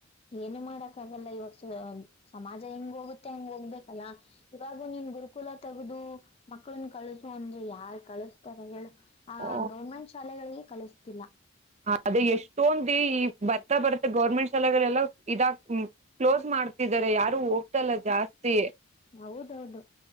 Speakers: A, on the left (about 30°); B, on the right (about 35°).
A: ಏನು ಮಾಡಕ್ ಆಗಲ್ಲ ಇವಾಗ ಸಮಾಜ ಹೆಂಗ್ ಹೋಗುತ್ತೆ ಹಂಗ್ ಹೋಗ್ಬೇಕಲ್ಲ ಇವಾಗ ಹಾಗು ನೀನ್ ಗುರುಕುಲ ತಗದು ಮಕ್ಳನ್ನ ಕಳಸ ಅಂದ್ರೆ ಯಾರ್ ಕಳಿಸತಾರ ಹೇಳ ಆ
B: ಓ
A: ಗೌರ್ಮೆಂಟ್ ಶಾಲೆಗಳಿಗೆ ಕಲಿಸ್ತಿಲ್ಲ
B: ಅದೇ ಎಷ್ಟೊಂದು ಈ ಬರ್ತಾ ಬರ್ತ್ತ ಗೌರ್ಮೆಂಟ್ ಶಾಲೆಗಳೆಲ್ಲ ಇದಾಗ ಕ್ಲೋಸ್ ಮಾಡ್ತಿ ಯಾರು ಹೋಗ್ತಲ್ಲ ಜಾಸ್ತಿ
A: ಹೌದೌದು